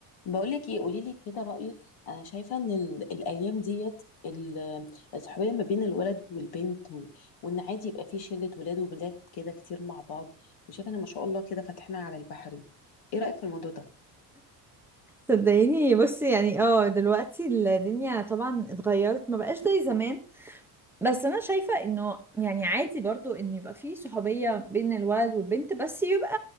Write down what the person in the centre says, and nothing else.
صدقيني بصي يعني اه دلوقتي الدنيا طبعا اتغيرت ما بقاش زي زمان بس انا شايفة انه يعني عادي برضو ان يبقى في صحوبية بين الولد والبنت بس يبقى